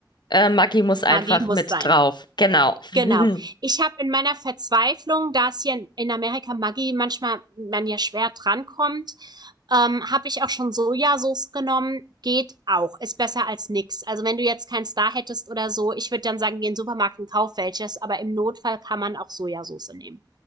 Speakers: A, on the left; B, on the right.
A: Äh, Maggi muss einfach
B: Maggi muss
A: mit
B: sein.
A: drauf. Genau. <laughs>
B: Genau. Ich habe in meiner Verzweiflung, da es hier in in Amerika Maggi manchmal man ja schwer drankommt, ähm, habe ich auch schon Sojasauce genommen. Geht auch. Ist besser als nix. Also wenn du jetzt keins da hättest oder so, ich würde dann sagen, geh in den Supermarkt und kauf welches, aber im Notfall kann man auch Sojasauce nehmen.